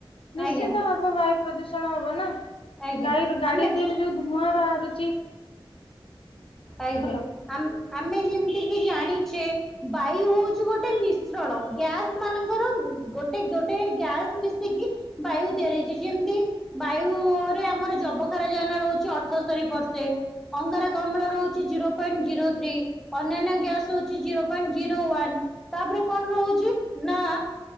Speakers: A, on the left; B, in the centre.
A: ନିଶ୍ଚିନ୍ତ
B: ଆଜ୍ଞା
A: ହବ ବାୟୁ ପ୍ରଦୂଷଣ ହବ ନା
B: ଆଜ୍ଞା
A: ଗାଈରୁ ଗାଡି
B: ଆମେ
A: ଦେହରୁ ଯୋଉ ଧୂଆଁ ବାହାରୁଛି।
B: ଆଜ୍ଞା
A: ହ୍ୟାଲୋ
B: ଆମ୍ ଆମେ ଯେମିତି କି ଜାଣିଛେ ବାୟୁ ହଉଛି ଗୋଟେ ମି ଶ୍ରଣ ଗ୍ୟାସ ମାନଙ୍କର ଗୋଟେ ଗୋଟେ ଗ୍ୟାସ ମିଶିକି ବାୟୁ ତିଆରି ହେଇଛି ଯେମିତି ବାୟୁରେ ଆମର ଜବ କ୍ଷାରଯାନ ରହୁଛି ଅଠସ୍ତରୀ ପରସେଣ୍ଟ ଅଙ୍ଗାରକାମ୍ଳ ରହୁ ହଉଛି ଜିରୋ ପଏଣ୍ଟ ଜିରୋ ଥ୍ରି ଅନ୍ୟାନ୍ୟ ଗ୍ୟାସ ହଉଛି ଜିରୋ। ଜିରୋ ୱାନ ତାପରେ କଣ ରହୁଛି ନା